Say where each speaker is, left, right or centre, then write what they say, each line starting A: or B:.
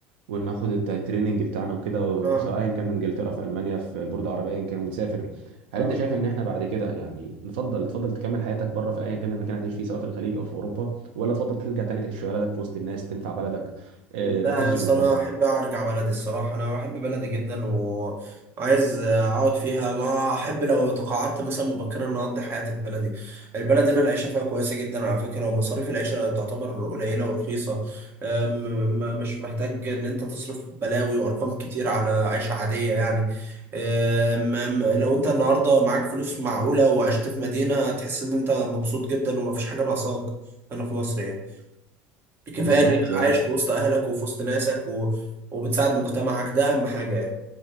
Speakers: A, on the right (about 80°); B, on the right (about 40°).
A: وناخد الت- التريننج بتاعنا وكده و-
B: اه
A: سواء كان في انجلترا في المانيا في بورد عربي ايا كان ونسافر هل
B: اه
A: انت شايف ان احنا بعد كده يعني نفضل تفضل تكمل حياتك بره في ايا كان المكان اللي هتعيش فيه سواء في الخليج او في اوروبا ولا تفضل ترجع تاني تعيش في بلدك في وسط الناس تنفع بلدك آه،
B: لا
A: ما تحسش
B: يا اسطى
A: بالغربه
B: انا احب ارجع بلدي الصراحه انا بحب بلدي جدا وعايز اقعد فيها ما احب لو تقاعدت مثلا مبكرا ان اقضي حياتي في بلدي البلد هنا العيشه فيها كويسه جدا على فكره ومصاريف العيشه تعتبر قليله ورخيصه أم- م- مش محتاج ان انت تصرف بلاوي وارقام كتير على عيشه عاديه يعني أم- أم- لو انت النهارده معاك فلوس معقوله وعشت في مدينه هتحس ان انت مبسوط جدا ومفيش حاجه ناقصاك هنا في مصر يعني كفايه
A: بالظبط
B: انك عايش في وسط اهلك وفي وسط ناسك و... وبتساعد مجتمعك ده اهم حاجه يعني